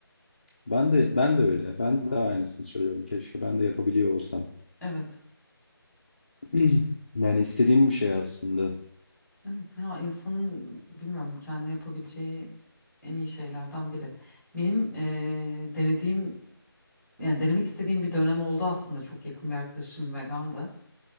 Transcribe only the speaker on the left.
Ben de ben de öyle. Ben de aynısını söylüyorum. Keşke ben de yapabiliyor olsam.
<clears throat> Yani istediğim bir şey aslında.